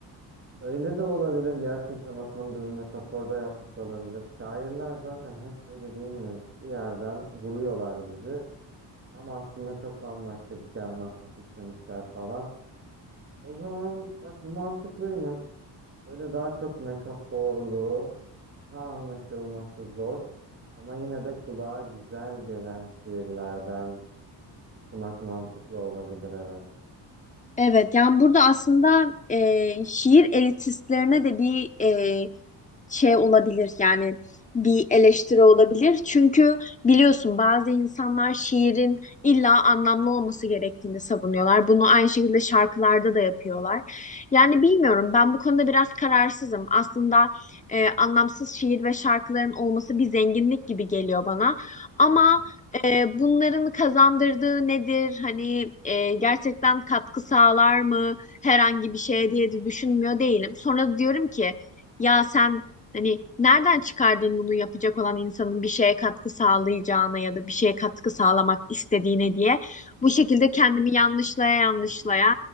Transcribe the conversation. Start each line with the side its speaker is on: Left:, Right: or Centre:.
Right: Öyle de olabilir gerçekten o konuda bir metaforda yapmış olabilir. Şairler zaten hep böyle değil mi? Bir yerden vuruyorlar bizi. Ama aslında çok bambaşka bir şey anlatmak istemişler falan. O zaman bak bu mantıklıymış. Böyle daha çok metaforlu, daha anlaşılması zor ama yine de kulağa güzel gelen şiirlerden okumak mantıklı olabilir evet.
Left: Evet, yani burada aslında e, şiir elitistlerine de bir e, şey olabilir yani bir eleştiri olabilir. Çünkü biliyorsun bazı insanlar şiirin illa anlamlı olması gerektiğini savunuyorlar. Bunu aynı şekilde şarkılarda da yapıyorlar. Yani bilmiyorum ben bu konuda biraz kararsızım. Aslında e, anlamsız şiir ve şarkıların olması bir zenginlik gibi geliyor bana. Ama
Right: Hı hı.
Left: e, bunların kazandırdığı nedir? Hani e, gerçekten katkı sağlar mı herhangi bir şeye diye de düşünmüyor değilim. Sonra da diyorum ki ya sen hani nereden çıkardın bunu yapacak olan insanın bir şeye katkı sağlayacağına ya da bir şeye katkı sağlamak istediğine diye bu şekilde kendimi yanlışlaya yanlışlaya